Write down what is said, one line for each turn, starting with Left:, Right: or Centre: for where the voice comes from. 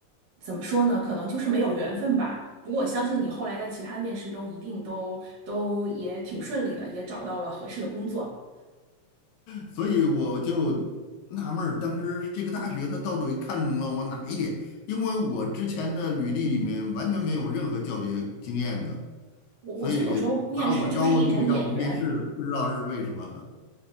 Right: 怎么说呢？可能就是没有缘分吧。不过我相信你后来在其他面试中一定都都也挺顺利的，也找到了合适的工作。
Left: 所以我就纳闷儿，当时这个大学它到底看中了我哪一点？因为我之前的履历里面完全没有任何教学经验的，
Right: 我我觉得有时候面试就是一种眼缘，
Left: 所以把我招过去让我面试，不知道是为什么。